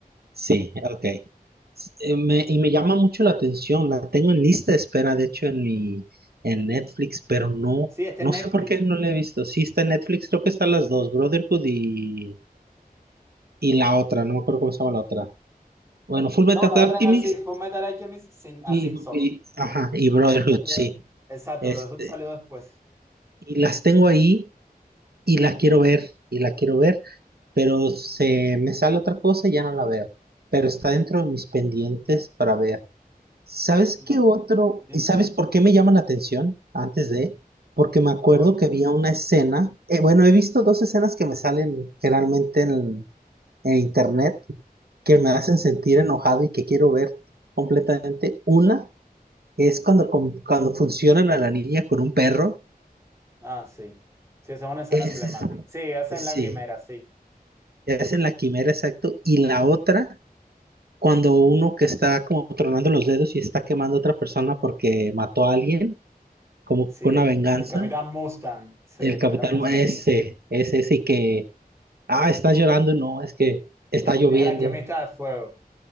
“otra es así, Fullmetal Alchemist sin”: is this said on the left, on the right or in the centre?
Right